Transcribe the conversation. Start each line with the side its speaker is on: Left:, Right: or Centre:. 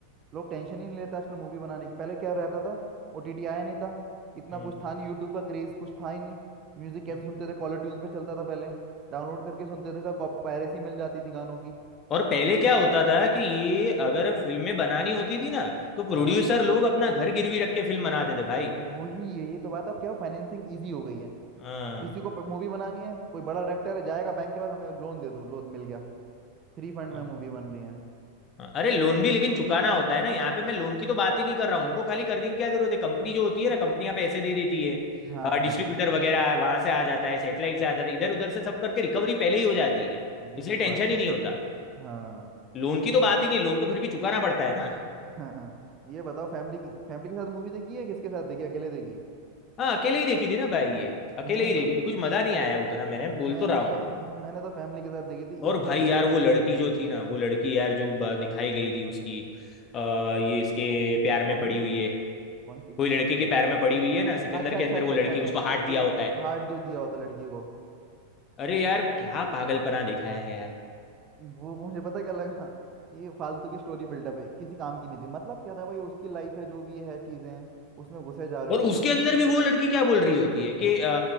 Right: लोग टेंशन ही नहीं लेते आजकल मूवी बनाने की पहले क्या रहता था ओटीटी आया नहीं था इतना
Left: हम्म
Right: कुछ था नहीं यूट्यूब का क्रेज कुछ था ही नहीं म्यूजिक कैसे
Left: हम्म।
Right: सुनते थे कॉलर ट्यून्स पे चलता था पहले डाउनलोड करके सुनते थे सब कॉपी पायरेसी मिल जाती थी गानों की
Left: और पहले क्या होता था कि ये अगर फिल्में बनानी होती थी ना तो प्रोड्यूसर
Right: हाँ
Left: लोग अपना घर गिरवी रख के फिल्म बनाते थे भाई
Right: वही यही तो बात है अब क्या फाइनेंसिंग इजी हो गई है
Left: हाँ
Right: किसी को मूवी बनानी है कोई बड़ा डायरेक्टर है जाएगा बैंक के पास हमें लोन दे दो लोन मिल गया फ्री फंड
Left: हाँ
Right: में मूवी बन रही है
Left: हाँ। अरे लोन भी लेकिन चुकाना होता है ना यहाँ पे मैं लोन की तो बात ही नहीं कर रहा हूँ उनको खाली करने की क्या जरूरत है कंपनी जो होती है ना कंपनियां पैसे दे देती है
Right: हाँ हाँ
Left: डिस्ट्रीब्यूटर वगैरह वहां से आ जाता है सेटेलाइट से आ जाता है इधर उधर से सब करके रिकवरी पहले ही हो जाती है
Right: यही
Left: इसलिए टेंशन
Right: बात है
Left: ही नहीं होता
Right: हाँ
Left: लोन की तो बात ही नहीं लोन तो फिर भी चुकाना पड़ता है ना
Right: हाँ हाँ। ये बताओ फैमिली की फैमिली के साथ मूवी देखी है किसके साथ देखी अकेले देखी
Left: हाँ अकेले ही देखी थी ना भाई ये अकेले
Right: मैंने
Left: ही देखी
Right: तो
Left: थी कुछ मजा नहीं आया उतना मैंने बोल
Right: मैंने
Left: तो रहा हूँ
Right: तो <laughs> मैंने तो फैमिली के साथ देखी थी
Left: और
Right: ईद
Left: भाई
Right: के अगले
Left: यार वो
Right: अगले
Left: लड़की
Right: दिन
Left: जो थी ना वो लड़की यार जो ब- दिखाई गई थी उसकी आ, ये इसके प्यार
Right: कौन
Left: में पड़ी
Right: सी
Left: हुई है
Right: कौन सी
Left: कोई लड़के के प्यार में पड़ी हुई है ना सिकंदर
Right: अच्छा
Left: के
Right: अच्छा
Left: अंदर
Right: अच्छा
Left: वो लड़की
Right: अच्छा अच्छा
Left: उसको हार्ट दिया
Right: जो
Left: होता है
Right: हार्ट जो दिया होता लड़की को
Left: अरे यार क्या पागलपना दिखाया है यार
Right: वो मुझे पता क्या लगा ये फालतू की स्टोरी बिल्डअप है किसी काम की नहीं थी मतलब क्या था भाई उसकी लाइफ है जो भी है चीजें हैं, उसमें घुसे जा रहे
Left: और
Right: हो तुम
Left: उसके अंदर भी वो लड़की क्या बोल रही होती है
Right: हाँ
Left: कि आ,